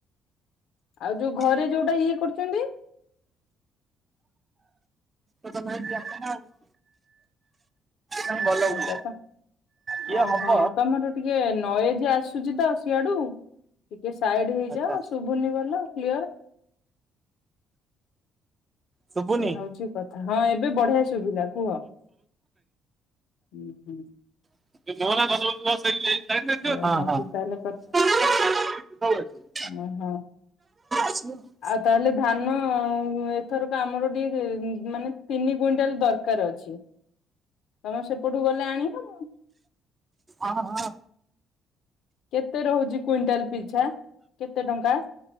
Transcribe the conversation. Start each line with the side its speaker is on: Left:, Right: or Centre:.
Left: ଆଉ ଯୋଉ
Right: ତମେ
Left: ଘରେ ଯୋଉଟା ଇଏ କରୁଛନ୍ତି?
Right: <unintelligible> ଆଉ
Left: ଆଛା
Right: ଭଲ
Left: ଆଚ୍ଛା
Right: ହୁଏ
Left: ତ
Right: ଯିଏ
Left: ଓହୋ
Right: ହବ
Left: ତମର ଟିକେ ନୋଇଜ ଆସୁଛି ତ ସିଆଡୁ ଟିକେ ସାଇଡ ହେଇଯାଅ
Right: ଆଚ୍ଛା
Left: ଶୁଭୁନି ଭଲ। କ୍ଲିୟର।
Right: ଶୁଭୁନି।
Left: ଏୟା ହଉଛି କଥା ହଁ ଏବେ ବଢିଆ ଶୁଭିଲା କୁହ ହୁଁ ହୁଁ।
Right: <unintelligible>
Left: ଏୟା ହଉଛି ତାହେଲେ ହୁଁ ହୁଁ।
Right: <unintelligible>
Left: ତାହେଲେ ଧାନ ଆ ଏଥରକ ଆମର ଟିକେ ମାନେ ତିନି କୁଇଣ୍ଟାଲ ଦରକାର। ଦରକାର ଅଛି ତମ ସେପଟୁ ଗଲେ ଆଣିିବ।
Right: ହଁ ହଁ।
Left: କେତେ ରହୁଛି କୁଇଣ୍ଟାଲ ପିଛା କେତେ ଟଙ୍କା?